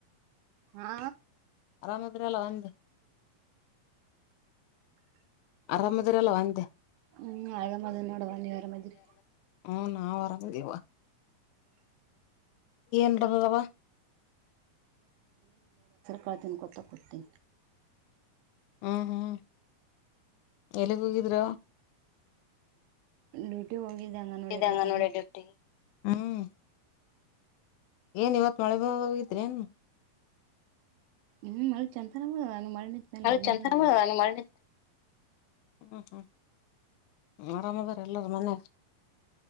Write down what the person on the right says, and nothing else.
ಹಾ
ಹ್ಮ್ ಅಮದ ನೋಡವಾ ನೀವರ ಮಾದ್ರರಿ
ಕಳ್ತೀನಿ ಕೊತಾ ಕೊತೀನಿ
ಡ್ಯೂಟಿ ಹೋಗಿದ್ದೆ ಅಂಗನವಾಡಿ
ಡ್ಯೂಟಿಗೆ
ಹ್ಮ್ ಮಳಿ ಚಂತನ ನಾನು ಮಳೆ ನಿಂತ ಮೇಲೆ ಹೋಗಿನಿ
ಬಂದೀನಿ